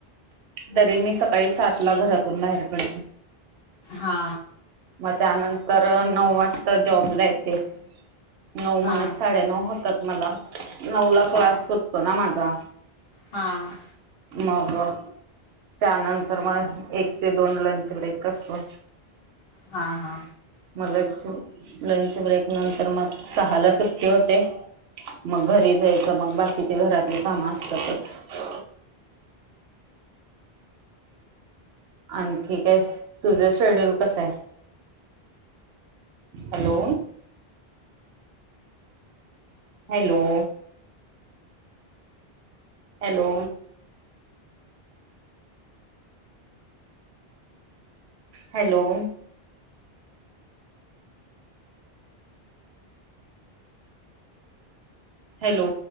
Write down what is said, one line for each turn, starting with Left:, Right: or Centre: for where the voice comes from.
Right: तरी मी सकाळी सातला घरातून बाहेर पडते
Left: हा
Right: मग त्यानंतर नऊ वाजता जॉबला येते नऊ
Left: हा
Right: म्हणत साडेनऊ होतात, मला नऊला
Left: हा
Right: क्लास सुटतो ना माझा
Left: हा
Right: मग त्यानंतर मग एक ते दोन लंच ब्रेक असतो
Left: हा हा
Right: मग लंच लंच ब्रेक नंतर मग सहाला सुट्टी होते मग घरी जायचं मग बाकीचे घरातले काम असतातच आणखी काय तुझं शेड्यूल कसय hello hello hello. Hello. Hello.